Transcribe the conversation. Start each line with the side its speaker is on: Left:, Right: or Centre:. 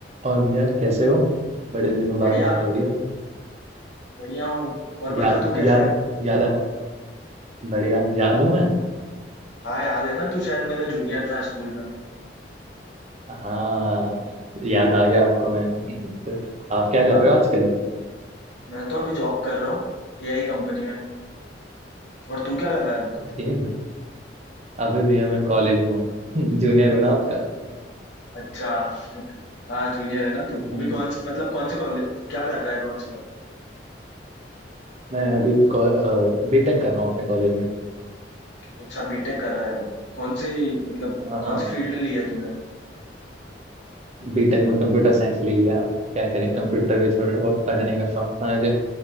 Right: और भैया कैसे हो बड़े दिनों
Left: बढ़िया
Right: बाद बात हो रही हो
Left: बढ़िया हूँ और
Right: याद
Left: बता तू कैसा
Right: याद
Left: है
Right: याद आ- बढ़िया याद हूँ मैं
Left: हाँ याद है ना तू शायद मेरा जूनियर था स्कूल में
Right: हाँ याद आ गया आपको मैं सर आप क्या कर
Left: हाँ
Right: रहे हो आजकल अब
Left: मैं तो अभी जॉब कर रहा हूँ एआई कंपनी में और तू क्या कर रहा है अभी
Right: ये अभी भैया मैं कॉलेज में हूँ <laughs> जूनियर हूँ ना आपका
Left: अच्छा हाँ जूनियर है ना तू
Right: हम्म,
Left: अभी कौन से मतलब कौन से कॉलेज क्या कर रहा है कौन से कॉलेज
Right: मैं अभी बीटेक कर रहा हूँ अपने कॉलेज में
Left: अच्छा बीटेक कर रहा है अभी कौन सी मतलब
Right: हाँ
Left: कौन सी फील्ड ली है तूने
Right: बीटेक में कंप्यूटर साइंस ले लिया क्या करें कंप्यूटर भी थोड़ा बहुत पढ़ने का शौक था मुझे